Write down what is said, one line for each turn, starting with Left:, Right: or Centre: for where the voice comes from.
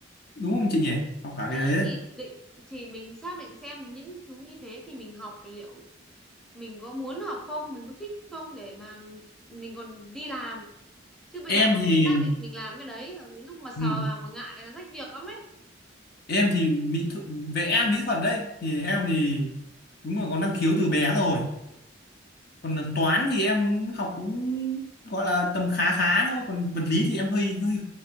Left: đúng không chị nhỉ học cả
Centre: đấy
Left: cái đấy, đấy.
Centre: thì định thì mình xác định xem những cái thứ như thế thì mình học liệu mình có muốn học không mình có thích không để mà mình còn đi làm chứ bây
Left: em
Centre: giờ mà
Left: thì
Centre: mình xác định mình làm cái đấy rồi đến lúc mà sờ
Left: ừ,
Centre: vào mà ngại là rách việc lắm ấy
Left: em thì mỹ thuật vẽ mỹ thuật đấy thì em thì đúng là có năng khiếu từ bé rồi còn là toán thì em học cũng gọi là tầm khá khá thôi còn vật lý thì em hơi hơi